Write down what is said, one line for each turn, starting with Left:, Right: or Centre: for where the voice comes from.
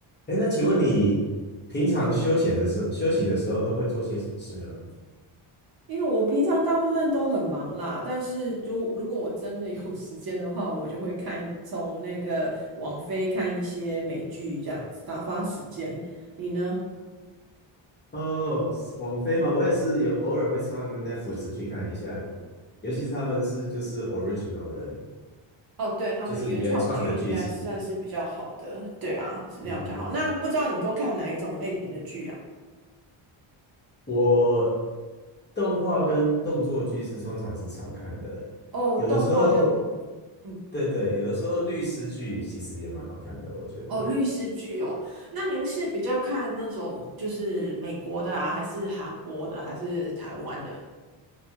Left: 哎，那请问你平常休闲的时休息的时候都会做些什么事呢？
Right: 因为我平常大部分都很忙啦，但是就如果我真的有 <laughs> 时间的话，我就会看从那个网飞看一些美剧这样子打发时间。你呢？
Left: 哦，网飞嘛，我也是有偶尔会上 Netflix 去看一下，尤其是他们是就是 original 的，
Right: 哦，对，他们原创剧应该算是比较好的，
Left: 就是原创的剧集。
Right: 对啊，质量比较好。
Left: 嗯嗯。嗯
Right: 那不知道你都看哪一种类型的剧啊？
Left: 我动画跟动作剧是通常是常看的，
Right: 哦，
Left: 有的时候，
Right: 动画跟动，嗯，
Left: 对对，有的时候律师剧其实也蛮好看的，我觉得。
Right: 哦，律师剧哦。那您是比较看那种就是美国的啊，还是韩国的，还是台湾的？